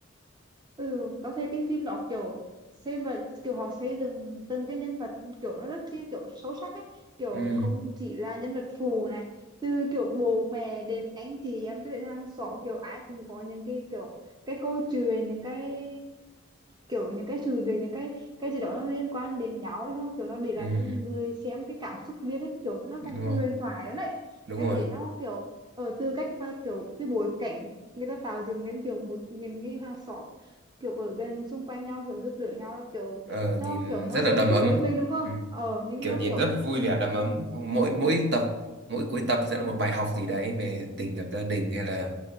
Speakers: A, on the right (about 20°); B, on the right (about 55°).
A: Ừ, tao thấy cái phim đó kiểu xem và kiểu họ xây dựng từng cái nhân vật kiểu nó rất chi kiểu sâu sắc ấy kiểu
B: Ừ.
A: không chỉ là nhân vật phụ này từ kiểu bố mẹ đến anh chị em cho đến hàng xóm kiểu ai cũng có những cái kiểu cái câu chuyện những cái kiểu những cái sự việc những cái cái gì đó nó liên quan đến nhau ấy, xong kiểu nó để lại
B: Ừ,
A: cho người xem cái cảm xúc riêng ấy kiểu nó
B: đúng
A: thành một
B: rồi,
A: cái huyền thoại đó đấy
B: đúng
A: cái
B: rồi.
A: thể nó kiểu ở từ cách và kiểu cái bối cảnh người ta tạo dựng lên kiểu một những cái hàng xóm kiểu ở gần xung quanh nhau kiểu giúp đỡ nhau kiểu
B: Ờ, nhìn
A: nó kiểu nó
B: rất là
A: quen
B: đầm
A: thuộc
B: ấm.
A: với mình đúng không
B: Ừ,
A: ờ nhưng
B: kiểu
A: nó
B: nhìn
A: kiểu
B: rất vui vẻ đầm ấm. Xong Mỗi mỗi tập, mỗi cuối tập sẽ là một bài học gì đấy về tình cảm gia đình hay là